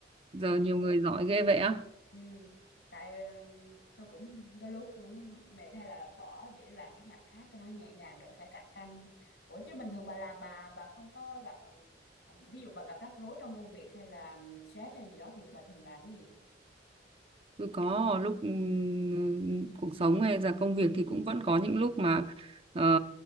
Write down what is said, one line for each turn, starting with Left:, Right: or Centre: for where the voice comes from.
Left: ừ,
Right: Giờ nhiều người giỏi ghê vậy á.
Left: ừ, tại ừ, tôi cũng đôi lúc cũng mệt hay là bỏ để làm cái ngành khác cho nó nhẹ nhàng đỡ phải cạnh tranh không ủa chứ bình thường bà làm bà bà không có gặp ừ, ví dụ bà gặp rắc rối trong công việc hay là stress hay gì đó thì bà thường làm cái gì
Right: Tôi có lúc ừm, cuộc sống hay là công việc thì cũng vẫn có những lúc mà ờ,